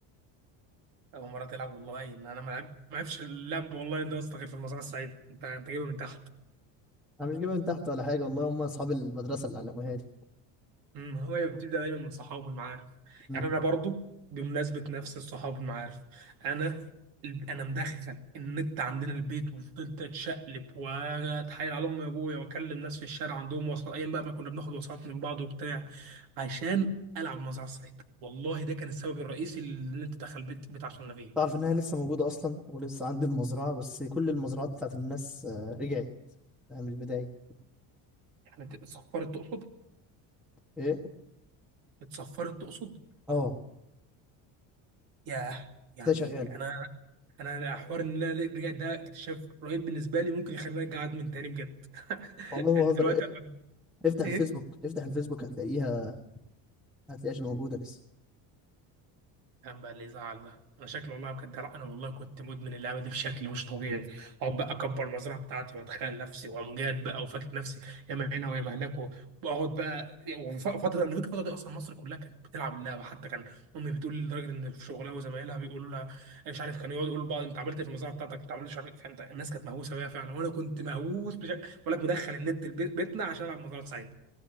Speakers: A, on the right; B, in the centre.
A: اول مره تلعب والله ان انا ما لعب- ما عرفش اللعب والله ده يا اسطى غير في المزرعه السعيده انت انت جايبها من تحت
B: انا مش جايبها من تحت ولا حاجه والله هم اصحاب المدرسه اللي علموها لي
A: مم، هو بتبدأ دايما من صحابه المعارف
B: مم.
A: يعني انا برضو بمناسبة نفس الصحاب المعارف انا انا مدخل النت عندنا البيت وفضلت اتشقلب واتحايل على امي وابويا واكلم ناس في الشارع عندهم وسط ايام بقى ما كنا بناخد وسط من بعض وبتاع عشان العب مزرعة السعيدة والله ده كان السبب الرئيسي اللي انت دخل بيت بيت عشان فيه
B: تعرف انها لسه موجوده اصلا ولسه عندي المزرعه بس كل المزرعات بتاعت الناس آه، رجعت يعني من البدايه
A: يعني ت- اتصفرت تقصد
B: ايه
A: اتصفرت تقصد
B: اه
A: ياه يعني
B: لسه شغاله
A: انا انا حوار ان انا رجعت ده اكتشاف رهيب بالنسبه لي ممكن يخليني ارجع ادمن تاني بجد <laughs>
B: والله
A: انت
B: ما بهزر
A: دلوقتي هت-
B: افتح
A: ايه
B: الفيسبوك افتح الفيسبوك هتلاقيها هتلاقيهاش موجوده لسه
A: كان بقى اللي يزعل ده انا شكلي والله بجد لا انا والله كنت مدمن اللعبه دي بشكل مش طبيعي اقعد بقى اكبر المزرعه بتاعتي واتخيل نفسي وامجاد بقى وفاكر نفسي ياما هنا وياما هناك واقعد بقى وفتره انا فاكر الفتره دي اصلا مصر كلها كانت بتلعب اللعبه حتى كان امي بتقول لي لدرجه ان في شغلها وزمايلها بيقولوا لها مش عارف كانوا يقعدوا يقولوا لبعض انت عملت إيه في المزرعه بتاعتك انت عملت مش عارف إيه. فانت الناس كانت مهووسه بيها فعلا وانا كنت مهووس بشكل بقول لك مدخل النت البيت- بيتنا عشان العب مزرعه سعيد